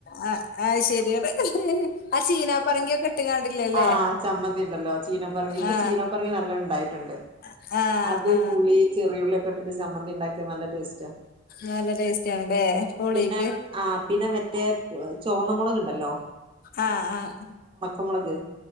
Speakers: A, on the left; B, on the right.
A: ആ ആ ശരിയാണ് ആ ചീന പറങ്കിയൊക്കെട്ട്ങ്ങാ ണ്ട്ല്ലെ ലെ
B: ആഹ് ചമ്മന്തി ഉണ്ടല്ലോ ചീനപ്പറങ്ങി ഇപ്പൊ
A: ആ
B: ചീനപ്പറങ്ങി നല്ല ഉണ്ടായിട്ടുണ്ട്
A: ആ
B: അത്
A: ആ ആ
B: പുളി ചെറിയുള്ളിയൊക്കെ ഇട്ടിട്ട് ചമ്മന്തിണ്ടാക്കിയാ നല്ല ടേസ്റ്റാ
A: നല്ല ടേസ്റ്റ് ആണല്ലേ പോളീക്ക്
B: പിന്നെ ആ പിന്നെ മറ്റേ ചൊവന്ന മുളക്ണ്ടല്ലോ
A: ആ ആ
B: മൊളക്